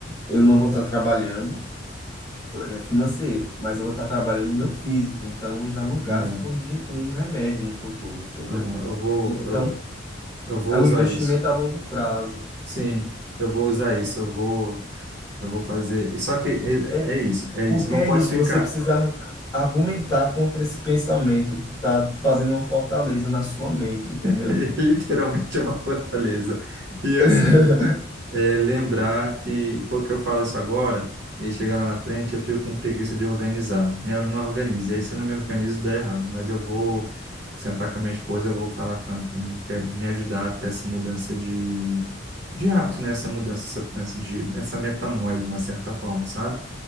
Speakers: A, on the left (about 20°); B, on the right (about 65°).
A: eu não vou estar trabalhando, é, financeiro, mas eu vou estar trabalhando no meu físico. Então, eu já não gasto
B: é.
A: com, di- com um remédio no futuro, entendeu?
B: Não, eu vou,
A: Então.
B: eu, eu vou
A: É
B: usar
A: um investimento
B: isso.
A: a longo prazo.
B: Sim, eu vou usar isso. Eu vou, eu vou fazer. e Só que é,
A: É
B: é isso, é isso.
A: porque
B: Não
A: é
B: pode
A: isso,
B: ficar.
A: você precisa argumentar contra esse pensamento que está fazendo uma fortaleza na sua mente, entendeu?
B: <laughs> Literalmente é uma fortaleza. E
A: <laughs>
B: assim, é, lembrar que, porque eu falo isso agora, e aí chega lá na frente, eu fico com preguiça de organizar. E eu não organizo. E aí, se eu não me organizo, dá errado. Mas eu vou sentar com a minha esposa, eu vou falar com ela para me, ter- me ajudar a ter essa mudança de, de hábito, né? Essa mudança, essa, essa, de, essa metanoia, de uma certa forma, sabe?